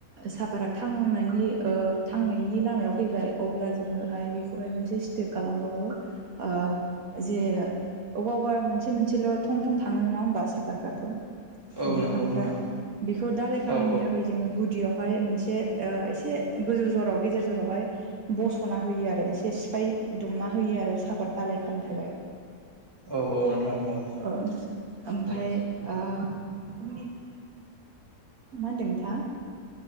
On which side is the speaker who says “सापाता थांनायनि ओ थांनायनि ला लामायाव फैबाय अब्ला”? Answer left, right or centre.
Right